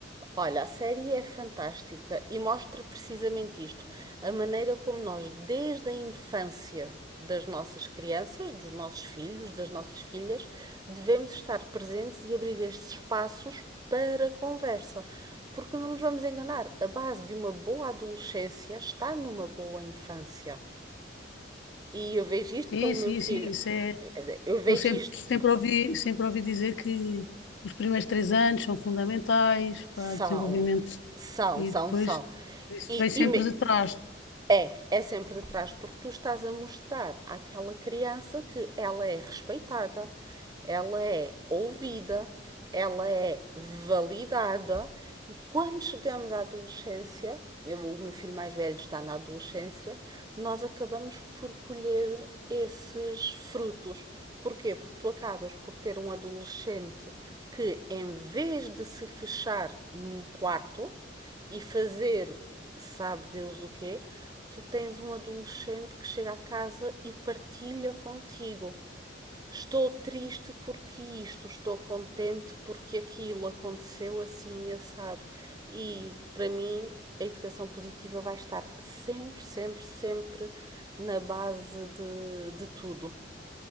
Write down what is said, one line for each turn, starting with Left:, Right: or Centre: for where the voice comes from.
Right: Olha, a série é fantástica e mostra precisamente isto, a maneira como nós, desde a infância das nossas crianças, dos nossos filhos, das nossas filhas, devemos estar presentes e abrir estes espaços para conversa. Porque não nos vamos enganar, a base de uma boa adolescência está numa boa infância. E eu vejo isto
Left: Sim,
Right: pelo meu
Left: sim,
Right: filho,
Left: sim, isso é.
Right: eu vejo
Left: Então, sempre,
Right: isto,
Left: sempre ouvi, sempre ouvi dizer que os primeiros três anos são fundamentais
Right: são,
Left: para o desenvolvimento
Right: são,
Left: e
Right: são,
Left: depois
Right: são.
Left: isso
Right: E,
Left: vem sempre
Right: e me-
Left: de trás.
Right: É, é sempre de trás, porque tu estás a mostrar àquela criança que ela é respeitada, ela é ouvida, ela é validada e quando chegamos à adolescência, eu- o meu filho mais velho está na adolescência, nós acabamos por colher esses frutos. Porquê? Porque tu acabas por ter um adolescente que, em vez de se fechar num quarto, e fazer sabe Deus o quê, tu tens um adolescente que chega a casa e partilha contigo. Estou triste porque isto, estou contente porque aquilo aconteceu assim assado. E para mim, a educação positiva vai estar sempre, sempre, sempre na base de, de tudo.